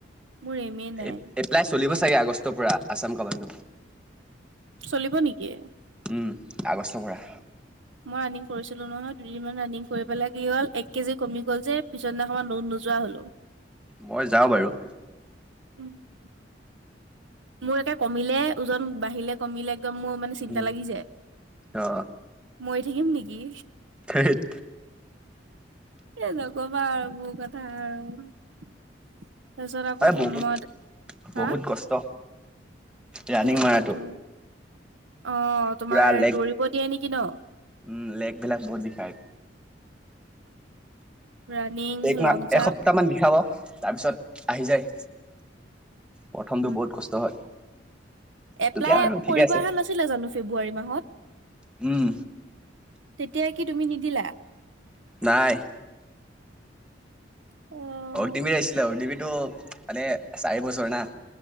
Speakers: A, on the right (about 85°); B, in the centre.
A: মোৰ এমেই নাই।
B: এ এপ্লাই চলিব চাগে আগষ্টৰ পৰা আছাম কমাণ্ড।
A: চলিব নেকি?
B: উম, আগষ্টৰ পৰা।
A: মই ৰানিং কৰিছিলোঁ নহয়, দুদিনমান ৰানিং কৰি পেলাই কি হ'ল এক কেজি কমি গ'ল যে পিছৰদিনা খনৰ পৰা নো-নোযোৱা হলোঁ। <inaudible>
B: মই যাওঁ বাৰু।
A: উম। মোৰ একে কমিলে ওজন বাঢ়িলে কমিলে একদম মোৰ মানে চিন্তা
B: উম
A: লাগি যায়।
B: অ
A: মৰি থাকিম নেকি?
B: থেত
A: এ, নকবা আৰু মোৰ কথা আৰু। তাৰপিছত আকৌ
B: এ
A: তোমাৰ
B: বহুত
A: মই তো,
B: বহুত
A: আ?
B: কষ্ট ৰানিং
A: এইটোয়েতো,
B: মাৰাটো
A: অ', তোমাৰ
B: পুৰা লেগ
A: দৌৰিব দিয়ে নেকি ন?
B: উম, লেগ ভিলাক বহুত বিষাই।
A: উম। ৰানিং
B: এক মাহ
A: লং জাম্প
B: এসপ্তাহ মান বিষাব তাৰপিছত আহি যায়। প্ৰথমটো
A: উম
B: বহুত কষ্ট হয়।
A: এপ্লাই
B: তেতিয়া আৰু
A: আকৌ
B: ঠিকে
A: কৰিব
B: আছে
A: অহা নাছিলে জানোঁ ফেব্ৰুৱাৰী মাহত?
B: উম।
A: তেতিয়া কি তুমি নিদিলা?
B: নাই।
A: উম।
B: অগ্নীবীৰ আহিছিলে অগ্নীবীৰটো মানে চাৰি বছৰ না।